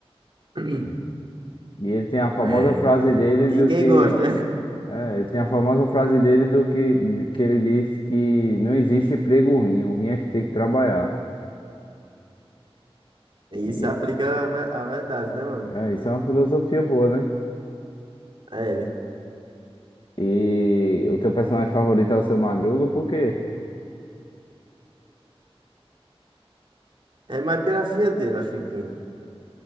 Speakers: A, on the right (about 55°); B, on the left (about 55°).
A: <clears throat>
B: E ele tem a famosa
A: É.
B: frase dele
A: E
B: do
A: quem
B: que.
A: gosta?
B: É, ele tem a famosa frase dele do que, de- que ele diz que não existe emprego ruim, o ruim é que tem que trabalhar.
A: <laughs> Isso
B: E,
A: aplica a, ve- a verdade, né, mano?
B: é, isso é uma filosofia boa, né?
A: É ele.
B: E o teu personagem favorito é o seu Madruga, por quê?
A: É mais pela filha dele, a Chiquinha.